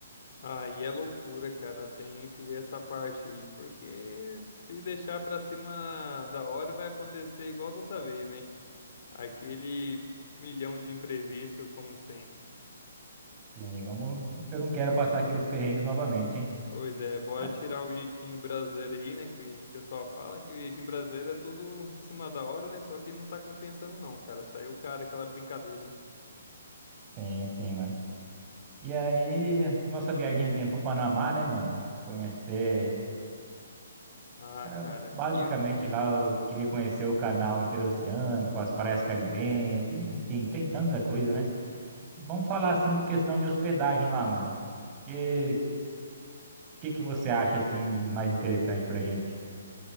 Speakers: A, on the left; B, on the right.
A: Aí é loucura, cara, tem que ver essa parte aí, porque se deixar pra cima da hora vai acontecer igual da outra vez, né? Aquele milhão de imprevisto, como sempre.
B: Sim, vamos. Eu não quero passar aqueles perrengues novamente, hein?
A: Pois é, bora
B: Ah,
A: tirar o jeitinho brasileiro aí, né? Que o pessoal fala que o jeitinho brasileiro é tudo em cima da hora, né? Só que não tá compensando, não, cara. Saiu, o cara, aquela brincadeira, hein?
B: sim, sim, mano. E aí, nossa viagenzinha pro Panamá, né, mano? Conhecer.
A: Ah,
B: Ah,
A: cara,
B: Basicamente
A: que
B: lá eu queria conhecer o canal interoceânico, com as praias caribenhas, enfim, tem tanta coisa, né? Vamos falar assim em questão de hospedagem lá, mano. Que que que você acha assim de mais interessante pra gente?